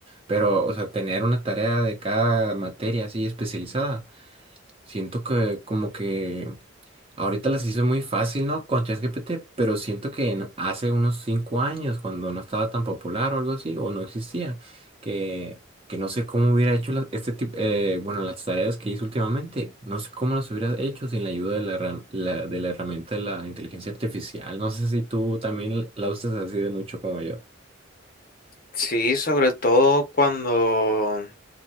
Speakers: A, on the right (about 30°); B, on the left (about 45°).
A: Pero, o sea, tener una tarea de cada materia así especializada, siento que como que Ahorita las hizo muy fácil, ¿no? Con ChatGPT, pero siento que en- hace unos cinco años, cuando no estaba tan popular o algo así, o no existía, que, que no sé cómo hubiera hecho la- este tipo, eh, bueno, las tareas que hizo últimamente, no sé cómo las hubiera hecho sin la ayuda de la, herram- la- de la herramienta de la inteligencia artificial. No sé si tú también la usas así de mucho como yo.
B: Sí, sobre todo cuando